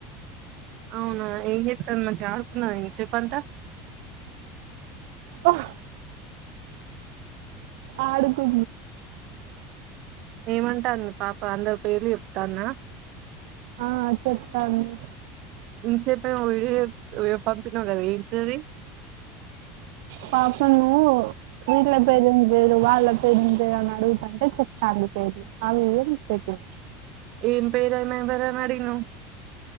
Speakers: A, on the right; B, on the right.
A: అవునా ఏంచేత్తంది మంచిగా ఆడుకున్నద ఇంతసేపు అంతా
B: ఓహ్ ఆడుకు
A: ఏమంటాంది పాప అందరి పేర్లు చెప్తాందా
B: ఆ చెప్పండి
A: ఇంతసేపు ఏమో వీడియో చెప్ పంపినవ్ కదా ఏంటిది
B: పాప ను వీట్ల బెదిరించి బెది వాళ్ళ పేరు నుంచిని అడుగుతుంటే చెప్తాంది పేరు అ విడియో పెట్టి
A: ఏం పేరమే ఎవ్వరని అడిగినవ్